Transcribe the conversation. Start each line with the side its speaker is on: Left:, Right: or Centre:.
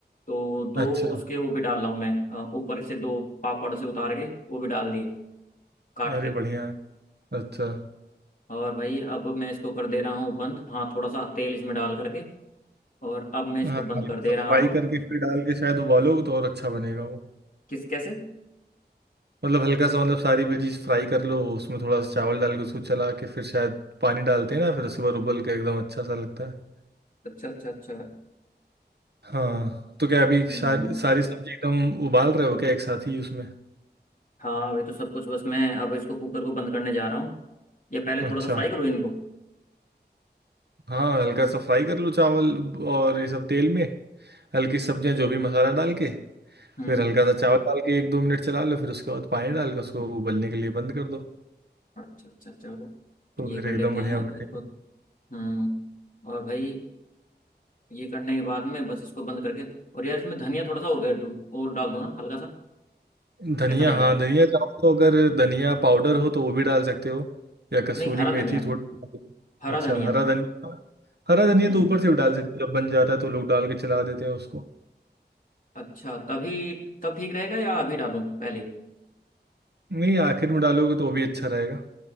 Left: तो दो
Right: अच्छा
Left: उसके वो भी डाल रहा हूँ मैं अ, ऊपर से दो पापड़ से उतार के वो भी डाल दिए काट
Right: अरे
Left: के
Right: बढ़िया है अच्छा
Left: और भाई अब मैं इसको कर दे रहा हूँ बंद हाँ थोड़ा सा तेल इसमें डाल करके और अब मैं इसको
Right: हाँ
Left: बंद
Right: हल्का
Left: कर दे
Right: सा
Left: रहा
Right: फ्राई
Left: हूँ
Right: करके फिर डाल के शायद उबालोगे तो और अच्छा बनेगा वो
Left: किस कैसे
Right: मतलब हल्का सा मतलब सारी वेजीज फ्राई कर लो उसमें थोड़ा सा चावल डाल के उसको चला के फिर शायद पानी डालते हैं ना फिर उसके बाद उबल के एकदम अच्छा सा लगता है
Left: अच्छा अच्छा अच्छा
Right: हाँ तो क्या अभी
Left: हम्म
Right: सारी सारी सब्जी एकदम उबाल रहे हो क्या एक साथ ही उसमें
Left: हाँ अभी तो सब कुछ बस मैं अब इसको कुकर को बंद करने जा रहा हूँ ये पहले
Right: अच्छा
Left: थोड़ा सा फ्राई करो इनको
Right: हाँ हल्का सा फ्राई कर लो चावल और ये सब तेल में हल्की सब्जियां जो भी मसाला डाल के
Left: हम्म
Right: फिर हल्का सा चावल डाल के एक दो मिनट चला लो फिर उसके बाद पानी डाल के उसको उबलने के लिए बंद कर दो
Left: अच्छा अच्छा चलो
Right: तो
Left: ये
Right: फिर
Left: कर
Right: एकदम
Left: लेते
Right: बढ़िया
Left: हैं अब
Right: बढ़ेगा
Left: इनको हम्म और भाई ये करने के बाद में बस इसको बंद करके और यार इसमें धनिया थोड़ा सा और कर दूँ और डाल दूँ ना हल्का सा
Right: धनिया
Left: कैसा रहेगा
Right: हाँ धनिया चाहो तो अगर धनिया पाउडर हो तो वो भी डाल सकते हो या कसूरी
Left: नहीं हरा
Right: मेथी
Left: धनिया
Right: थोड़ी
Left: हरा
Right: अच्छा
Left: धनिया
Right: हरा धनिया हाँ, हरा धनिया
Left: हम्म
Right: तो ऊपर से भी डाल सकते हो जब बन जाता है तो लोग डाल के चला देते हैं उसको
Left: अच्छा तभी तब ठीक रहेगा या अभी डालूं पहले ही?
Right: नहीं आखिर में डालोगे तो वो भी अच्छा रहेगा